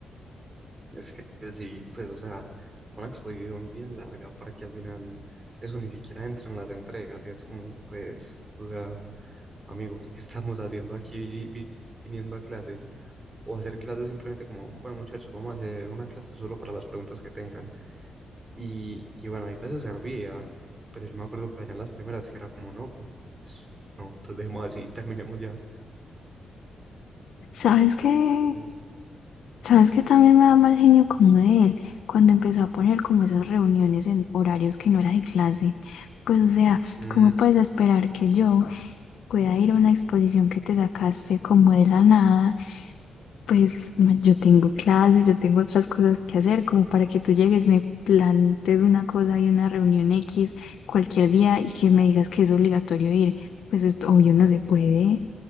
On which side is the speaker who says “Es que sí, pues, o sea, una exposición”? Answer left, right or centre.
Right